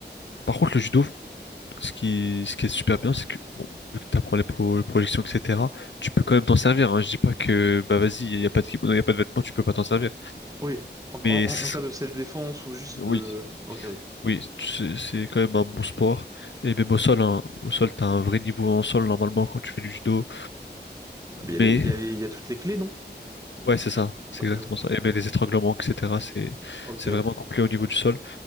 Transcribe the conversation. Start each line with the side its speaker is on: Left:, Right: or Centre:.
Left: par contre, le judo, ce qui, ce qui est super bien, c'est que, bon, vu que tu apprends les, pro- les projections, etc., tu peux quand même t'en servir. Hein. Je dis pas que, bah, vas-y, il n'y a pas de kimono, il n'y a pas de vêtements, tu peux pas t'en servir.
Right: Oui, en, en,
Left: Mais
Right: en
Left: c'est-
Right: en cas de self-défense ou juste
Left: oui,
Right: de... Ok, oui.
Left: Oui, c'est c'est quand même un bon sport. Et même au sol, hein, au sol, t'as un vrai niveau en sol normalement quand tu fais du judo.
Right: Ah, mais il y a
Left: Mais
Right: les- il y a les- il y a toutes les clés, non?
Left: ouais, c'est ça, c'est
Right: Ok,
Left: exactement
Right: ouais.
Left: ça. Et même les étranglements, etc. C'est
Right: Ok,
Left: c'est vraiment
Right: ouais.
Left: complet au niveau du sol.